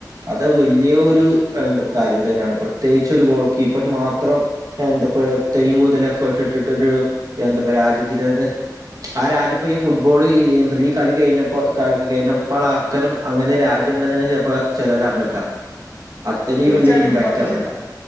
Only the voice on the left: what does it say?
തീർച്ചയായിട്ടും
ഈ പറഞ്ഞത് ശരിയാണ്